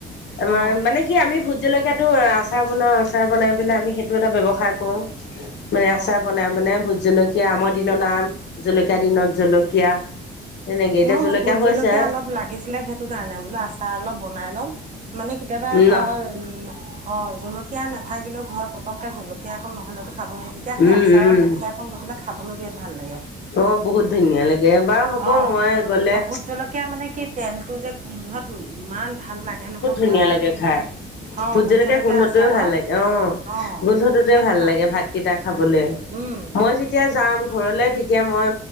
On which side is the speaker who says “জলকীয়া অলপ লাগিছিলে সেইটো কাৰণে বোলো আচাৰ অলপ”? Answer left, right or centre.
Right